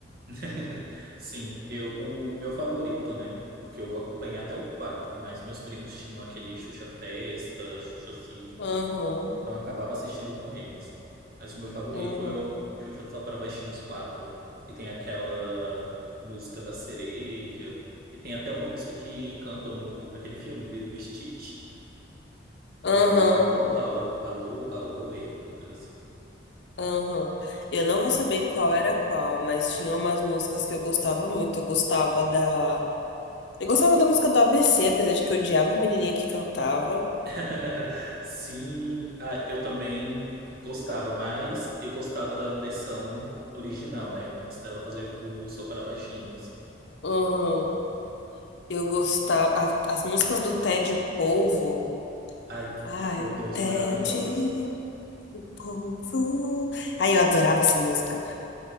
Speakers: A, on the right (about 50°); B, on the left (about 65°).
A: <laughs> Sim, eu, o meu favorito, né? Porque eu acompanhei até o quatro mas meus primos tinham aquele Xuxa Festa, Xuxa Circo.
B: Aham.
A: Então eu acabava assistindo com eles. Mas o meu favorito
B: Aham,
A: é o Xuxa Só para Baixinhos quatro E tem aquela música da sereia. E tem até uma música que cantam no, naquele filme de- do Stitch,
B: aham,
A: que é o Aloha, o- Aloha, Oi, alguma coisa assim.
B: aham. Eu não vou saber qual era qual, mas tinha umas músicas que eu gostava muito. Eu gostava da. Eu gostava da música do ABC, apesar de que eu odiava a menininha que cantava.
A: <laughs> Sim, ah, eu também gostava, mas eu gostava da versão original, né? Antes dela fazer do Só para Baixinhos.
B: Aham. Eu gostava. a- As músicas do Ted e o Polvo.
A: Ai,
B: Ai,
A: meu Deus,
B: Ted
A: maravilhosas.
B: e o Polvo. Ai, eu adorava essa música.